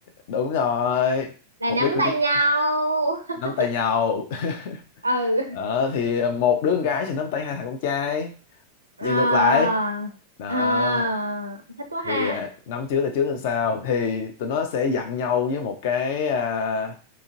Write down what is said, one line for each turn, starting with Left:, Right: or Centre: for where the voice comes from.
Left: đúng rồi
Right: Là
Left: mục
Right: nắm
Left: đích của
Right: tay
Left: chứ
Right: nhau. <laughs>
Left: nắm tay nhau <laughs>
Right: Ừ.
Left: Ờ, thì một đứa con gái sẽ nắm tay hai thằng con trai
Right: À.
Left: và ngược lại đó
Right: À. Thích quá ha.
Left: thì à, nắm trước tay trước tay sau thì tụi nó sẽ dặn nhau với một cái à,